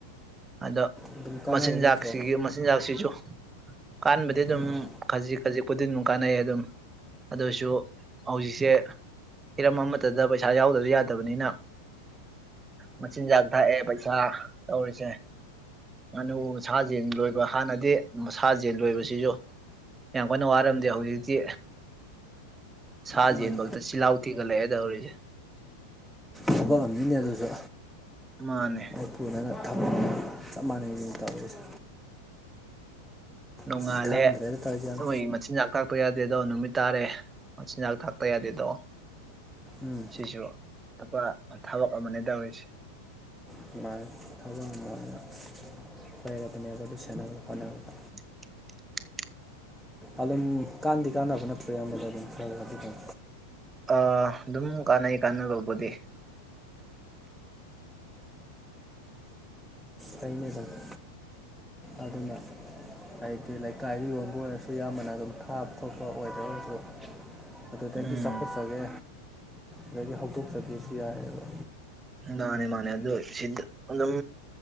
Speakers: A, on the right (about 15°); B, in the centre.
A: ꯑꯗꯣ
B: ꯑꯗꯨꯝ ꯀꯥꯟꯅꯕ
A: ꯃꯆꯤꯟꯖꯥꯥꯛꯁꯤꯒꯤ
B: ꯅꯠꯇ꯭ꯔꯣ
A: ꯃꯆꯤꯟꯖꯥꯥꯛꯁꯤꯁꯨ ꯀꯥꯟꯕꯗꯤ ꯑꯗꯨꯝ
B: ꯑꯥ
A: ꯈꯖꯤꯛ ꯈꯖꯤꯛꯄꯨꯗꯤ ꯑꯗꯨꯝ ꯀꯥꯟꯅꯩ ꯑꯗꯨꯝ ꯑꯗꯨꯁꯨ ꯍꯧꯖꯤꯛꯁꯦ ꯍꯤꯔꯝ ꯑꯃꯠꯇꯗ ꯄꯩꯁꯥ ꯌꯥꯎꯗꯕ ꯌꯥꯗꯕꯅꯤꯅ ꯃꯆꯤꯟꯖꯥꯛ ꯊꯥꯛꯑꯦ ꯄꯩꯁꯥ ꯇꯧꯔꯤꯁꯦ ꯉꯥꯅꯨ ꯁꯥꯖꯦꯜ ꯂꯣꯏꯕ ꯍꯥꯟꯅꯗꯤ ꯁꯥꯖꯟ ꯂꯣꯏꯕꯁꯤꯁꯨ ꯌꯥꯝ ꯀꯟꯅ ꯋꯥꯔꯝꯗꯦ ꯍꯧꯖꯤꯛꯇꯤ ꯁꯥ
B: ꯃꯥꯅꯤ
A: ꯌꯦꯦꯟꯕꯗ ꯆꯤꯜꯍꯥꯎ ꯊꯤꯒꯠꯂꯛꯦꯗꯧꯔꯤꯁꯦ
B: ꯊꯕꯛꯑꯝꯅꯤꯅꯦ ꯑꯗꯨꯁꯨ
A: ꯃꯥꯅꯦ
B: ꯑꯩ ꯊꯨꯅꯅ ꯊꯕꯛ ꯆꯞ ꯃꯥꯟꯅꯩ ꯌꯦ ꯇꯧꯔꯤꯁꯦ
A: ꯅꯣꯡꯉꯥꯜꯂꯦ
B: ꯑꯁ ꯈꯪꯗ꯭ꯔꯦꯗ ꯇꯧꯔꯤꯁꯦ ꯌꯥꯝ
A: ꯅꯣꯏ ꯃꯆꯤꯟꯖꯥꯛꯥꯛ ꯊꯥꯛꯄ ꯌꯥꯗꯦꯗꯣ ꯅꯨꯃꯤꯠ ꯇꯥꯔꯦ ꯃꯆꯤꯟꯖꯥꯛ ꯊꯥꯛꯇ ꯌꯥꯗꯦꯗꯣ
B: ꯎꯝ
A: ꯁꯤꯁꯨ ꯑꯄꯥ ꯊꯕꯛ ꯑꯃꯅꯦ ꯇꯧꯔꯤꯁꯦ
B: ꯅꯨꯡꯉꯥꯏꯅ ꯊꯧꯖ ꯅꯨꯡꯉꯥꯏꯅ ꯂꯩꯔꯕꯅꯦꯕ ꯑꯗꯨ ꯁꯦꯕ ꯍꯣꯠꯔꯅꯕ
A: <unintelligible> <inaudible>
B: ꯑꯗꯨꯝ ꯀꯥꯟꯅꯗꯤ ꯀꯥꯟꯅꯕ ꯅꯠꯇ꯭ꯔꯦ ꯑꯃꯗ ꯑꯗꯨꯝ ꯈꯔꯗꯤ ꯑꯗꯨꯝ
A: ꯑ ꯑꯗꯨꯝ ꯀꯥꯟꯅꯩ ꯀꯥꯟꯅꯔꯧꯕꯗꯤ
B: ꯇꯩꯅꯕꯕ ꯑꯗꯨꯅ ꯍꯥꯏꯗꯤ ꯂꯩꯀꯥꯏꯗ ꯌꯣꯟꯕ ꯑꯣꯏꯔꯁꯨ ꯑꯌꯥꯝꯕꯅ ꯑꯗꯨꯝ ꯊꯥꯕ ꯈꯣꯠꯄ ꯑꯣꯏꯗꯒꯁꯨ ꯑꯗꯨꯗꯒꯤ
A: ꯎꯝ
B: ꯆꯥꯎꯈꯠꯆꯒꯦ ꯑꯗꯨꯗꯒꯤ ꯍꯧꯗꯣꯛꯆꯒꯦꯁꯨ ꯌꯥꯔꯦꯕ
A: ꯃꯥꯅꯦ ꯃꯥꯅꯦ ꯑꯗꯨ ꯁꯤ ꯑꯗꯨꯝ